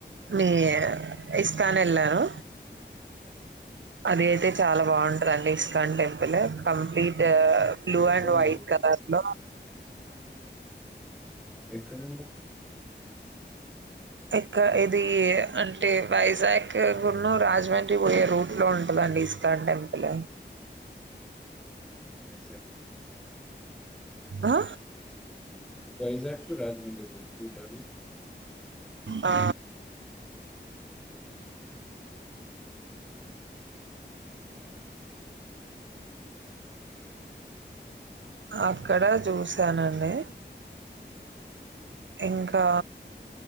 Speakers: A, on the right; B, in the centre.
A: ఏ ఇస్కాన్ ఎళ్ళారు. అది అయితే చాలా బాగుంటదండి. ISKCON temple complete, blue
B: ఎక్కడండి
A: and వైట్
B: అది
A: కలర్లో
B: ఎక్కడండి
A: అ ఇక్కడ్ ఇది అంటే వైజాగ్ కు రాజమండ్రి పోయే రూట్ లో ఉంటది. ఇస్కాన్ టెంపుల్
B: ఎస్ సే
A: ఆ
B: Vizag to Rajahmundry U turn
A: ఆ
B: ఉ
A: అక్కడ చూశానండి ఇంకా